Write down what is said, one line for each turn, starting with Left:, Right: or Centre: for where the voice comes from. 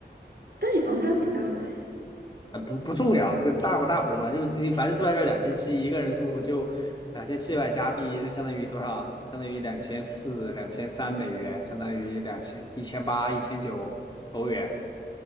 Right: 但你房子还挺大的哎，
Left: 啊，不不重要，这大不大不重要，就是自己反正住在这两千七，一个人住就两千七百加币，那相当于多少？相当于两千四、两千三美元，相当于两千一千八、一千九欧元，